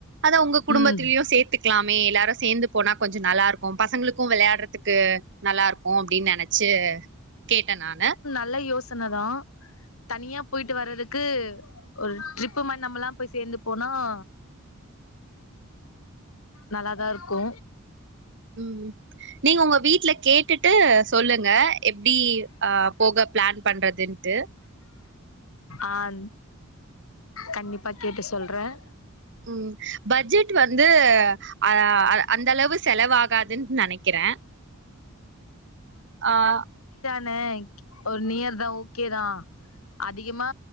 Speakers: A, on the right (about 55°); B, on the left (about 75°).
A: அதா உங்க குடும்பத்திலயு
B: ம்
A: சேத்துக்லாமே எல்லாரு சேந்து போனா கொஞ்ச நல்லா இருக்கு பசங்களுக்கு வெளயாட்றதுக்கு நல்லா இருக்கு அப்டின் நெனச்சு கேட்டே நானு
B: ல்ல யோசனதா தனியா போயிட்டு வர்றதுக்கு ஒரு ட்ரிப்பு மாரி நம்மலா போய் சேந்து போனா <inaudible> நல்லாதா இருக்கு
A: உம் நீங்க உங்க வீட்ல கேட்டுட்டு சொல்லுங்க எப்டி அஹ் போக ஃப்ளான் பண்றதுன்ட்டு
B: ஆஹ்ன் கண்டிப்பா கேட்டு சொல்றேன்
A: உம் பட்ஜெட் வந் து அ அந்தளவு செலவாகாதுன் நெனைக்கிறேன் ஆஹ்
B: ன ஒரு நியர் தான் ஓகேதான் அதிகமா